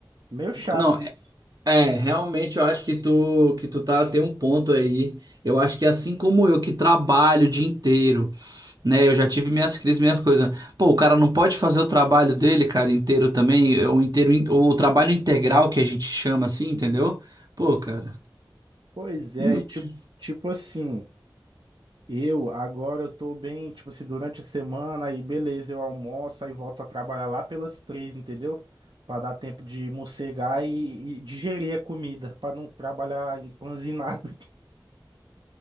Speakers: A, on the right (about 65°); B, on the right (about 50°).
A: meio chato
B: Não,
A: isso.
B: É, realmente eu acho que tu que tu tá tem um ponto aí. Eu acho que assim como eu que trabalho o dia inteiro, né? Eu já tive minhas crises, minhas coisas. Pô, o cara não pode fazer o trabalho dele, cara, inteiro também, é o inteiro in- o trabalho integral que a gente chama assim, entendeu? Pô, cara,
A: Pois é,
B: muito-
A: e tipo,
B: <laughs>
A: tipo assim. Eu, agora eu tô bem, tipo assim, durante a semana, aí beleza, eu almoço, aí volto a trabalhar lá pelas três, entendeu? Pra dar tempo de mossegar e, e digerir a comida, pra não trabalhar empanzinado, <laughs>